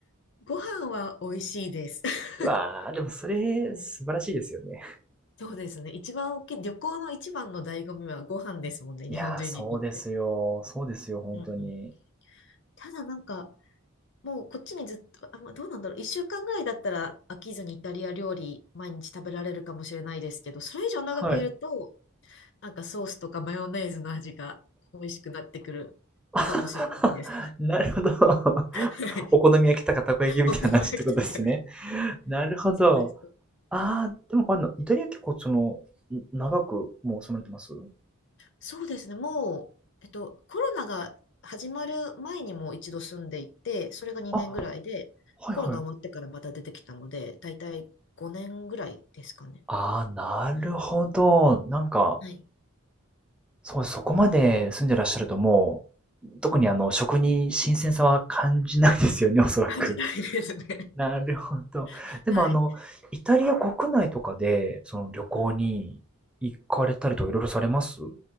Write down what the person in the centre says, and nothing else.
<laughs> うわー、でもそれ素晴らしいですよね。
いやー、
そうですよ。そうですよ、本当に。
はい。
<laughs>
なるほど。<laughs>
お好み焼きとかたこ焼きみたいな話ってことですね。
なるほど。
ああ、でも、あの、イタリア結構その、ん長くもう住まれてます
あ、はいはい。
ああ、なるほど。なんか、
そう、そこまで住んでらっしゃるともう、特にあの、食に新鮮さは感じないですよね、おそらく。
<laughs> なるほど。
でもあの、
イタリア国内とかで、その旅行に行かれたりとかいろいろされますう